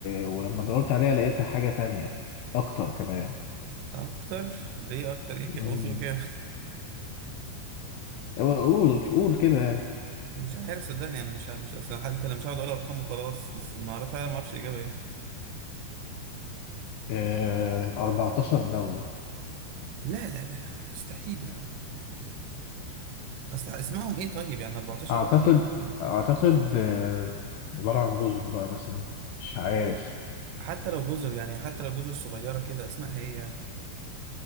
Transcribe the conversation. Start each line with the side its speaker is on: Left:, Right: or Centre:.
Left: ولما دورت عليها لقيتها حاجة تانية أكتر كمان
Right: اكتر ليه اكتر ايه كده
Left: مم.
Right: وصلوا كام
Left: قول قول كده يعني
Right: <laughs> مش عارف صدقني انا مش عارف مش اصلا حتى انا مش هقعد اقول ارقام وخلاص بس ما اعرف انا ما اعرفش الاجابه ايه
Left: آه... 14 دولة
Right: لا لا لا مستحيل يعني اصل اسمائهم ايه طيب يعني 14
Left: أعتقد
Right: قول ايه اسمائهم
Left: أعتقد آه... عبارة عن جزر بقى مثلا مش عارف
Right: حتى لو جزر يعني حتى لو جزر صغيره كده اسمائها ايه يعني؟